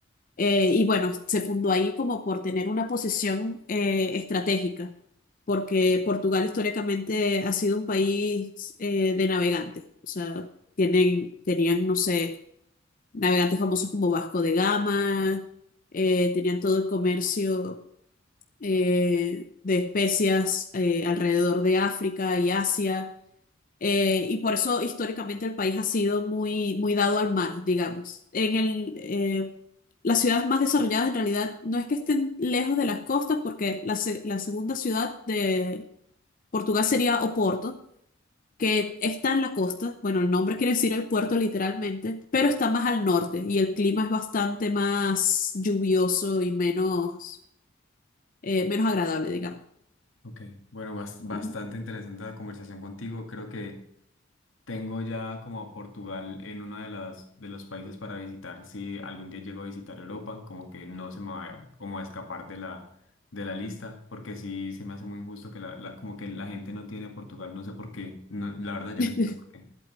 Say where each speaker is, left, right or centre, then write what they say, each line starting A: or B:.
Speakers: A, on the left; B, on the left.
A: Eh, y bueno, se fundó ahí como por tener una posición eh, estratégica, porque Portugal históricamente ha sido un país eh, de navegantes. O sea, tienen, tenían, no sé navegantes famosos como Vasco de Gama, eh, tenían todo el comercio eh, de especias eh, alrededor de África y Asia, eh, y por eso históricamente el país ha sido muy, muy dado al mar, digamos. En el, eh, las ciudades más desarrolladas en realidad no es que estén lejos de las costas, porque la, se- la segunda ciudad de Portugal sería Oporto que está en la costa, bueno, el nombre quiere decir el puerto literalmente, pero está más al norte y el clima es bastante más lluvioso y menos, eh, menos agradable, digamos.
B: Ok, bueno, bas- bastante
A: Ujú.
B: interesante la conversación contigo. Creo que Tengo ya como a Portugal en uno de las de los países para visitar. Si algún día llego a visitar Europa, como que no se me va a- como a escapar de la de la lista, porque sí se me hace muy injusto que la, la- como que la gente no tiene Portugal, no sé por qué. No, la verdad yo
A: <laughs>
B: no entiendo por qué.